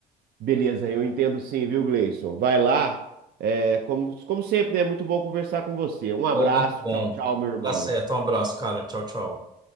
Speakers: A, on the right (about 55°); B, on the right (about 20°).
A: Beleza, eu entendo sim, viu, Gleison? Vai lá. É, como, como sempre, né? é muito bom conversar com você. Um abraço,
B: Pô, muito bom.
A: tchau, tchau, meu irmão.
B: Tá certo. Um abraço, cara. Tchau, tchau.